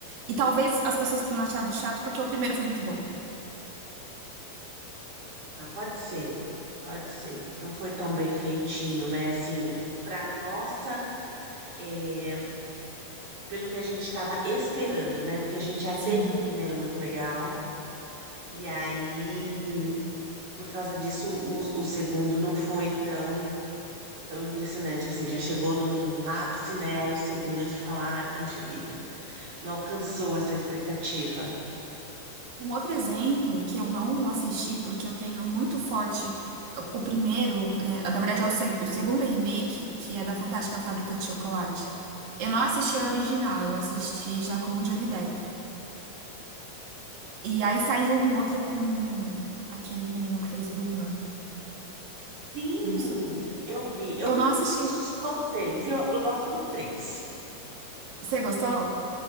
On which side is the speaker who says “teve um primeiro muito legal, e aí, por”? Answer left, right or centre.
Right